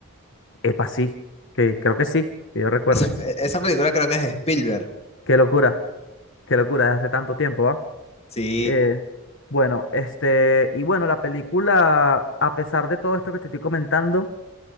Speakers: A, on the left; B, on the left.
A: epa, sí, que creo que sí, que yo recuerde.
B: Esa, e, esa película creo que es de Spielberg.
A: Qué locura, qué locura, desde hace tanto tiempo, ¿va?
B: Sí,
A: Eh, bueno, este, y bueno, la película, a pesar de todo esto que te estoy comentando,